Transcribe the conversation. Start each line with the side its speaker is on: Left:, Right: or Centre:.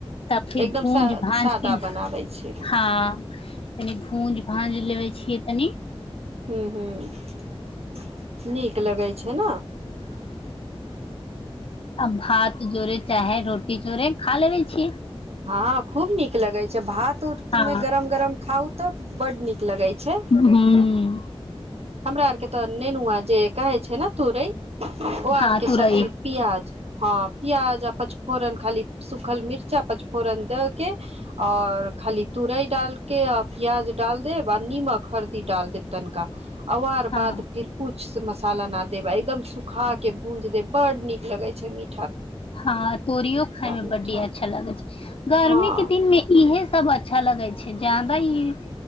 Left: तब फिर
Right: एकदम
Left: भुंज
Right: सा
Left: भाँज
Right: सादा
Left: के
Right: बनाबै छै
Left: हँ तनि भूंज भाँज लेबे छियै तनी
Right: ह्म ह्म नीक लगै छै न
Left: अ भात जोरे चाहे रोटी जोरे खा लेबे छियै
Right: हँ खूब नीक नीक लगै छै भात उतमे
Left: हँ
Right: गरम गरम खाउ तऽ बड्ड नीक लगै छै
Left: हूँ
Right: हमरा आर के तऽ नेनुआ जे कहै छै ने तुरै ओ
Left: हँ
Right: आरके
Left: तुरई
Right: सब्जी प्याज हँ पियाज आ पचफोरन खाली सुखल मिर्चा पचफोरन दके आर र खाली तूराई डालके आ प्याज डाल देब आ निमक हरदी डाल देब तनिका औ आर
Left: हँ
Right: बाद फिर कुछ कुछ मसाला न देब आ एकदम सुखा के भूंज देब बड नीक लगे छै मी
Left: हँ तोरीओ खाय में
Right: मीठा
Left: बड्डी अच्छा लागे छै गर्मी
Right: हँ
Left: के दिन में इहे सब अच्छा लगे छै जादा ई